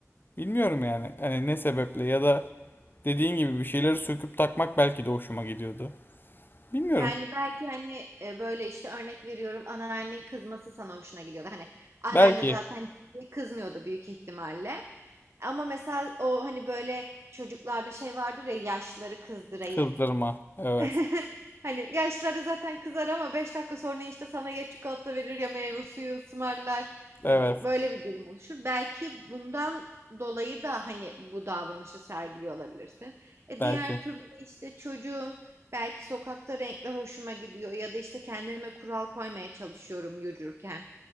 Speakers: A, on the left (about 40°); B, on the right (about 55°).
A: bilmiyorum yani. Hani ne sebeple ya da dediğin gibi bir şeyleri söküp takmak belki de hoşuma gidiyordu. Bilmiyorum.
B: Yani belki hani e, böyle işte örnek veriyorum anneannenin kızması sana hoşuna gidiyordu. Hani anneanne
A: Belki
B: zaten ciddi kızmıyordu büyük ihtimalle. Ama mesela o hani böyle çocuklarda şey vardır ya yaşlıları kızdırayım.
A: kızdırma. Evet.
B: <laughs> Hani yaşları zaten kızar ama 5 dakika sonra işte sana ya çikolata verir ya meyve suyu ısmarlar.
A: Evet.
B: Hani böyle bir durum oluşur. Belki bundan dolayı da hani bu davranışı sergiliyor olabilirsin. E
A: Belki.
B: diğer türlü de işte çocuğum belki sokakta renkler hoşuma gidiyor ya da işte kendime kural koymaya çalışıyorum yürürken